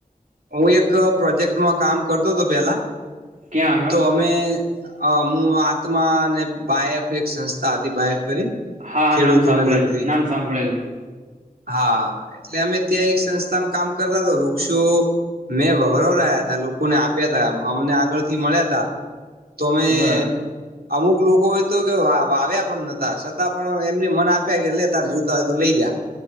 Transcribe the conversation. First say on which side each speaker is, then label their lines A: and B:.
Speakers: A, on the right (about 90°); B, on the right (about 50°).
A: હું એક પ્રોજેક્ટમાં કામ કરતો હતો પેલા
B: ક્યાં આગળ
A: તો અમે અ હું આત્મા અનેને બાાયફ એક સંસ્થા હતી બાાયફ કરી
B: હા હા
A: ખેડૂતોને
B: નામ સાંભળેલું
A: લગવી
B: નામ સાંભળેલું
A: હા એટલે અમે ત્યાં એક સંસ્થામાં કામ કરતા હતા વૃક્ષો મેં ગૌરવ રહ્યા ત લોકોને આપ્યા તા અમને આગળ થી મળ્યા તા. તોમે
B: બરા
A: અમુક લોકો એ તો કે વા આવ્યા પણ નતા છતાં પણ એમને મન આપ્યા કે લે તાર જોતા હોય તો લઈ જા.